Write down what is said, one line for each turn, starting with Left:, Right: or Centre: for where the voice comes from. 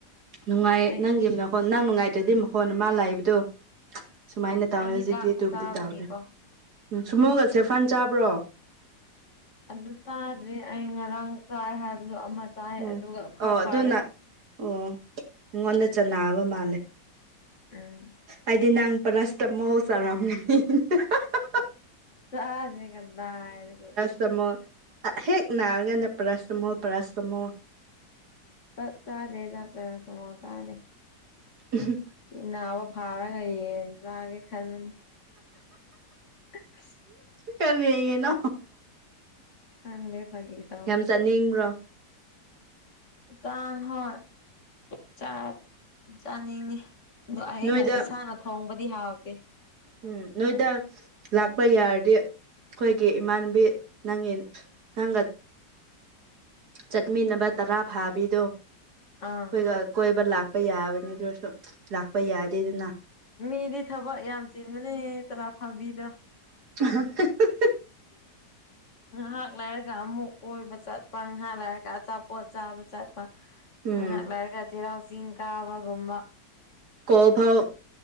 Right: ꯅꯨꯡꯉꯥꯏ
Left: ꯑꯩ
Right: ꯅꯪꯒꯤ ꯐꯣꯟ ꯅꯪ ꯅꯨꯡꯉꯥꯏꯇ꯭ꯔꯗꯤ ꯐꯣꯟ ꯑꯃ ꯂꯩꯕꯗꯨ ꯁꯨꯃꯥꯏꯅ ꯇꯩꯋꯦ
Left: ꯑꯩ
Right: ꯍꯧꯖꯤꯛꯇꯤ
Left: ꯍꯤꯗꯥꯛꯇꯣ
Right: ꯑꯗꯨꯕꯨꯗꯤ
Left: ꯆꯥꯕꯒꯤꯀꯣ
Right: ꯇꯧꯗ꯭ꯔꯦ ꯎꯝ ꯁꯨꯝꯃꯣꯒ ꯁꯦꯐꯥꯟ ꯆꯥꯕ꯭ꯔꯣ
Left: ꯑꯗꯨ ꯆꯥꯗ꯭ꯔꯤ ꯑꯩ ꯉꯔꯥꯡ ꯆꯥꯏ ꯍꯥꯏꯕꯗꯣ ꯑꯃ ꯆꯥꯏ
Right: ꯎꯝ
Left: ꯑꯗꯨꯒ ꯈꯔ
Right: ꯑꯣ
Left: ꯐꯥꯔꯦ
Right: ꯑꯗꯨꯅ ꯑꯣ ꯅꯉꯣꯟꯗ ꯆꯅꯥꯕ ꯃꯥꯜꯂꯦ
Left: ꯎꯝ
Right: ꯑꯩꯗꯤ ꯅꯪ ꯄꯔꯥꯁꯤꯇꯃꯣꯜ ꯆꯔꯝꯒꯅꯤꯅ <unintelligible>
Left: ꯆꯥꯗꯦ ꯀꯗꯥꯏꯗꯒꯤ
Right: ꯁꯤꯇꯃꯣꯜ ꯍꯦꯛ ꯅꯥꯔꯒꯅ ꯄꯦꯔꯁꯤꯇꯃꯣꯜ ꯄꯦꯔꯁꯤꯇꯃꯣꯜ
Left: ꯆꯥꯛ ꯆꯥꯗꯦꯗ ꯄꯦꯔꯥꯁꯤꯇꯥꯃꯣꯟ ꯆꯥꯗꯦ
Right: <unintelligible>
Left: ꯅꯥꯕ ꯐꯥꯔꯒ ꯌꯦꯟ ꯆꯥꯒꯦ ꯈꯟꯕꯅꯤ <unintelligible>
Right: ꯀꯔꯤ ꯌꯦꯟꯅꯣ
Left: ꯈꯪꯗꯦ ꯐꯥꯒꯤ ꯇꯧꯕꯅꯤ
Right: ꯌꯥꯝ ꯆꯥꯅꯤꯡꯕ꯭ꯔꯣ
Left: ꯆꯥꯟ ꯍꯣꯏ ꯆꯥꯛ ꯆꯥ ꯆꯥꯅꯤꯡꯉꯤ ꯑꯗꯣ ꯑꯩꯅ
Right: ꯅꯣꯏꯗ
Left: ꯏꯁꯥꯅ ꯊꯣꯡꯕꯗꯤ ꯍꯥꯎꯇꯦ
Right: ꯎꯝ ꯅꯣꯏꯗ ꯂꯥꯛꯄ ꯌꯥꯔꯗꯤ ꯑꯩꯈꯣꯏꯒꯤ ꯏꯃꯥꯟꯅꯕꯤ ꯅꯪꯒꯤ ꯅꯪꯒ ꯆꯠꯃꯤꯟꯅꯕ ꯇꯔꯥ ꯐꯥꯕꯤꯗꯣ ꯑꯩꯈꯣꯏꯒ
Left: ꯑꯥ
Right: ꯀꯣꯏꯕ ꯂꯥꯛꯄ ꯌꯥꯕꯅꯤ ꯑꯗꯨꯁꯨ ꯂꯥꯛꯄ ꯌꯥꯗꯦꯗꯅ
Left: ꯃꯤꯗꯤ ꯊꯕꯛ ꯌꯥꯝ ꯆꯤꯟꯕꯅꯦ ꯇꯔꯥ ꯐꯥꯕꯤꯗꯣ
Right: <unintelligible>
Left: ꯉꯥꯏꯍꯥꯛ ꯂꯩꯔꯒ ꯑꯃꯨꯛ ꯀꯣꯏꯕ ꯆꯠꯄ ꯉꯥꯏꯍꯥꯛ ꯂꯩꯔꯒ ꯑꯆꯥꯄꯣꯠ ꯆꯥꯕ ꯆꯠꯄ
Right: ꯎꯝ
Left: ꯉꯍꯥꯛ ꯂꯧꯔꯒ ꯆꯦꯔꯥꯎ ꯆꯤꯡ ꯀꯥꯕꯒꯨꯝꯕ
Right: ꯀꯣꯜ ꯐꯥꯎ